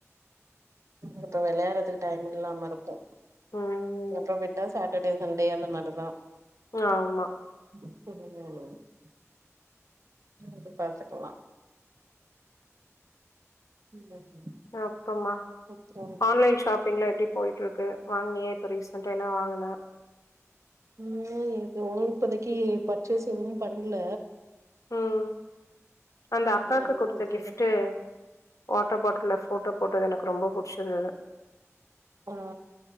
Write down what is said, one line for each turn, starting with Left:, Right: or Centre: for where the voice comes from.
Right: இப்ப விளையாறதுக்கு டைம் இல்லாம இருக்கும்
Left: ம்
Right: அப்புறம் விட்டா சாட்டர்டே சண்டே அந்த மாரிதான்
Left: ஆமா
Right: <unintelligible> அது பாத்துக்லாம் <inaudible>
Left: ஆ போமா
Right: அப்புறோ
Left: ஆன்லைன் ஷாப்பிங்லாம் எப்படி போயிட்டு இருக்கு வாங்கினியா இப்ப ரீசன்டா என்ன வாங்க
Right: ம் ஏதோ இப்போதைக்கு பர்ச்சேஸ் எதுவும் பண்ணல
Left: ம் அந்த அக்காக்கு
Right: எதுவும்
Left: கொடுத்த
Right: பேசல
Left: கிப்ட் வாட்டர் பாட்டில் போட்டோ போட்டது எனக்கு ரொம்ப புடிச்சு இருந்தது
Right: ஆ